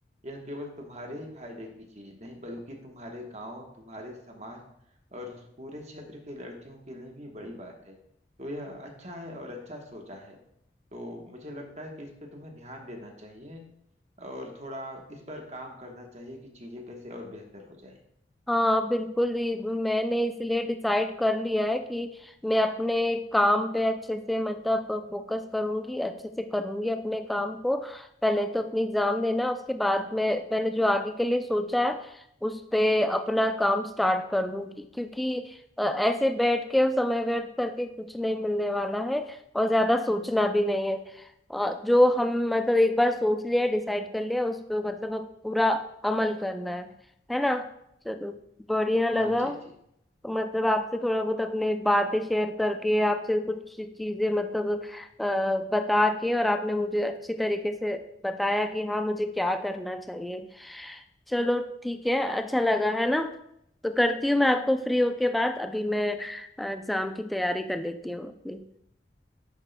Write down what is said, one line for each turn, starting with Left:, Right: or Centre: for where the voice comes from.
Right: यह केवल तुम्हारे ही फायदे की चीज नहीं बल्कि तुम्हारे गांव तुम्हारे समाज और उस पूरे क्षेत्र के लड़कियों के लिए भी बड़ी बात है तो यह अच्छा है और अच्छा सोचा है तो मुझे लगता है कि इस पे तुम्हें ध्यान देना चाहिए और थोड़ा इस पर काम करना चाहिए कि चीजें कैसे और बेहतर हो जाए
Centre: हाँ बिल्कुल ये मैंने इसलिए डिसाइड कर लिया है कि मैं अपने काम पे अच्छे से मतलब फोकस करूंगी अच्छे से करूंगी अपने काम को पहले तो अपनी एग्जाम देना उसके बाद में मैंने जो आगे के लिए सोचा है उस पे अपना काम स्टार्ट कर दूंगी क्योंकि अ, ऐसे बैठ के और समय व्यर्थ करके कुछ नहीं मिलने वाला है और ज्यादा सोचना भी नहीं है अ, जो हम मतलब एक बार सोच लिया डिसाइड कर लिया उस पे मतलब अब पूरा अमल करना है है ना चलो बढ़िया लगा
Right: हाँ जी जी
Centre: तो मतलब आपसे थोड़ा बहुत अपने बातें शेयर करके आपसे कुछ चीजें मतलब अ, बता के और आपने मुझे अच्छी तरीके से बताया कि हाँ मुझे क्या करना चाहिए चलो ठीक है अच्छा लगा है ना तो करती हूँ मैं आपको फ्री होके बात अभी मैं एग्जाम की तैयारी कर लेती हूँ अपनी